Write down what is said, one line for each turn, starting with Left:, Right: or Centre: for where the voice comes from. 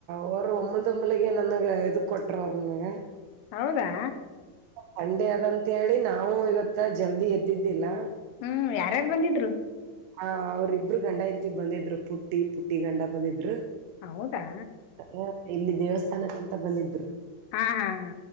Right: ಅವರು ಒಂಬಲ್ದೊಂಬಲಿಗೆ ನನ್ಗ್ ಇದ ಕೊಟ್ರ ಅವರು ಅಗೆ <unintelligible>
Left: ಹೌದಾ
Right: ಸಂಡೆ ಅದಂತ ಹೇಳಿ ನಾವು ಇವತ್ತ ಜಲ್ದಿ ಎದ್ದಿದ್ದಿಲ್ಲ
Left: ಹ್ಮ್ ಯಾರ್ಯಾರು ಬಂದಿದ್ರು
Right: ಹ ಅವ್ರಿಬ್ರು ಗಂಡ ಹೆಂಡತಿ ಬಂದಿದ್ರು ಪುಟ್ಟಿ ಪುಟ್ಟಿ ಗಂಡ ಬಂದಿದ್ರು
Left: ಹೌದಾ.
Right: ಆ, ಇಲ್ಲಿ ದೇವಸ್ಥಾನಕ್ಕಂತ ಬಂದಿದ್ರು.
Left: ಹಾ ಹಾ ಹಾ